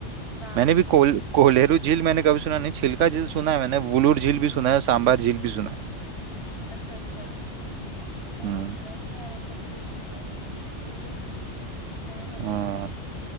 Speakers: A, on the left (about 55°); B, on the right (about 80°).
A: ना
B: मैंने भी
A: कभी
B: कोल
A: नहीं सुना
B: कोलेरू झील मैंने कभी सुना नहीं छिलका झील सुना है मैंने वुलूर झील भी सुना है सांबार झील भी सुना है
A: अच्छा अच्छा मैंने
B: हम्म
A: तो सुना ही नहीं यार ऐसा भी कुछ होता है सही है कुछ नया पता
B: हाँ।
A: चला